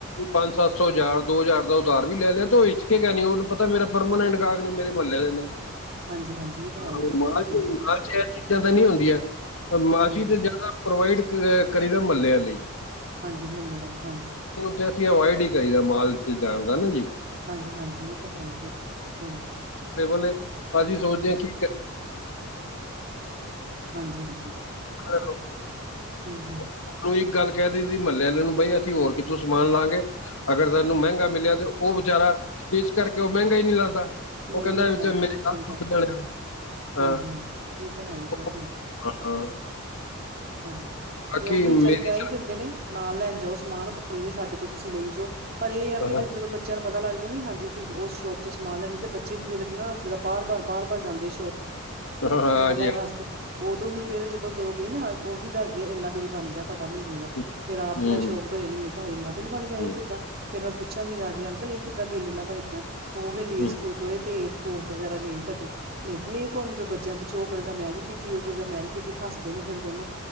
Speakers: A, on the left; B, on the right.
A: ਪੰਜ ਸੱਤ ਸੌ ਹਜ਼ਾਰ ਦੋ ਹਜ਼ਾਰ ਦਾ ਉਧਾਰ ਵੀ ਲੈ ਲਿਆ ਤੇ ਉਹ ਹਿਚਕੇ ਗਾ ਨੀ ਉਹਨੂੰ ਪਤਾ ਮੇਰਾ ਪਰਮਾਨੈਂਟ ਗਾਹਕ ਨੇ ਮੇਰੇ ਮਹੱਲੇ ਦੇ ਨੇ
B: ਹਾਂਜੀ ਹਾਂਜੀ ਇਹ ਤਾਂ
A: ਮਾਲ
B: ਹੈ ਹੀ ਹੈ ਬਿਲਕੁਲ ਸਹੀ
A: ਮਾਲ
B: ਗੱਲ
A: ਚ ਇਹ ਚੀਜ਼ਾਂ ਤਾਂ ਨਹੀਂ ਹੁੰਦੀਆਂ ਮਾਲ
B: ਹਾਂਜੀ
A: ਚ ਵੀ ਤਾਂ ਜ਼ਿਆਦਾ ਪ੍ਰੋਵਾਈਡ ਕਰੀਦਾ ਮਹੱਲਿਆਂ ਲਈ
B: ਹਾਂਜੀ ਮਹੱਲੇ ਵਾਲੀ ਹਾਂਜੀ
A: ਤੇ ਅਸੀਂ ਅਵੋਇਡ ਹੀ ਕਰੀ ਦਾ ਮਾਲ ਚ ਜਾਣ ਦਾ ਨਾ ਜੀ
B: ਹਾਂਜੀ ਹਾਂਜੀ ਇਹ ਤਾਂ ਹੈ ਹੀ ਹੈ ਹਾਂਜੀ
A: ਬੋਲੇ ਅਸੀਂ ਸੋਚਦੇ
B: ਹਾਂਜੀ
A: ਕਿ
B: ਹਾਂਜੀ ਹਾਂਜੀ
A: ਹੈਲੋ
B: ਹੂੰ ਹੂੰ
A: ਉਹਨੂੰ ਇੱਕ ਗੱਲ ਕਹਿ ਦਈ ਦੀ ਮਹੱਲੇ ਆਲੇ ਨੂੰ ਬਈ ਅਸੀਂ ਹੋਰ ਕਿੱਥੋਂ ਸਮਾਨ ਲਾਂਗੇ ਅਗਰ ਸਾਨੂੰ ਮਹਿੰਗਾ ਮਿਲਿਆ ਤੇ ਉਹ ਵਿਚਾਰਾ ਇਸ ਕਰਕੇ ਉਹ ਮਹਿੰਗਾ ਈ ਨੀ ਲਾਦਾ
B: ਮਹਿੰਗਾ
A: ਉਹ ਕਹਿੰਦਾ
B: ਹੀ ਨਹੀਂ ਲਾਉਂਦਾ
A: ਮੇਰੇ
B: ਬਿਲਕੁਲ ਸਹੀ
A: ਗਾਹਕ ਟੁਟ
B: ਗੱਲ
A: ਜਾਣੇ ਆ,
B: ਹਾਂਜੀ
A: ਹਾਂ
B: ਹਾਂਜੀ ਇਹ ਤਾਂ ਹੈ ਹੀ ਆ
A: ਹਾਂ
B: ਤੇ
A: ਬਾਕੀ
B: ਉਹ ਵੀ
A: ਮੇਰੀ
B: ਵਿਚਾਰੇ ਕਹਿ ਈ ਦਿੰਦੇ ਨੇ ਨਾਲ ਲੈਣ ਜਾਓ ਸਮਾਨ ਕੋਈ ਨੀ ਸਾਡੇ ਕੋਲ ਤੁਸੀਂ ਲਈ ਜਾਓ ਪਰ ਇਹ ਆ
A: ਹਾਂ
B: ਫਿਰ ਜਦੋਂ ਬੱ ਚਿਆਂ ਨੂੰ ਪਤਾ ਲੱਗਦਾ ਵੀ ਹਾਂਜੀ ਅਸੀਂ ਉਸ ਸ਼ੋਪ ਤੋਂ ਸਮਾਨ ਲੈਂਦੇ ਤੇ ਬੱਚੇ ਫਿਰ ਨਾ ਜਿੱਦਾਂ ਬਾਰ ਬਾਰ ਬਾਰ ਬਾਰ ਜਾਂਦੇ ਸ਼ੋਪ ਤੇ ਸਮਾਨ
A: ਹਾਂਜੀ
B: ਲੈਣ ਵਾਸਤੇ ਉਦੋਂ ਵੀ ਫੇਰ ਜਦੋਂ ਜਦੋਂ ਕਹੀ ਨਾ ਉਹ ਵੀ ਦੱਸਦੇ ਇੰਨਾ ਬਿੱਲ ਬਣ ਗਿਆ ਸਾਡਾ ਮੀਨੇ ਦਾ
A: ਹਾਂਜੀ ਹੂੰ
B: ਫਿਰ ਮੈਂ ਆਪ ਸ਼ੌਕਡ ਹੋ ਜਾਨੀ ਮੈਂ ਕਿਹਾ ਹਾਏ ਇੰਨਾ ਬਿਲ ਬਣ ਗਿਆ ਇਹ
A: ਹੂੰ
B: ਕਿੱਦਾਂ ਫੇਰ ਮੈਂ ਪੁੱਛਾਂਗੀ ਜਾ ਕੇ ਅੰਕਲ ਇਹ ਕਿੱਦਾਂ ਬਿੱਲ ਇਨਾਂ ਬਣਿਆ ਉਹ ਕਹਿਣਗੇ ਲੇਜ
A: ਹੂੰ
B: ਕੁ ਰਕਰੇ ਤੇ ਕੋਕ ਵਗੈਰਾ ਗਈ ਤਾਡੇ ਮੈਂ ਕਿਹਾ ਇਹ ਕੋਣ ਜਦੋਂ ਬੱਚਿਆਂ ਨੂੰ ਪੁੱਛੋ ਉਹ ਕਹੇਗਾ ਮੈਂ ਨੀ ਪੀਤੀ ਉਹ ਕਹੇਗਾ ਮੈਂ ਨੀ ਉਚੀ ਹੱਸਦੇ ਨੇ ਫੇਰ ਦੋਨੋ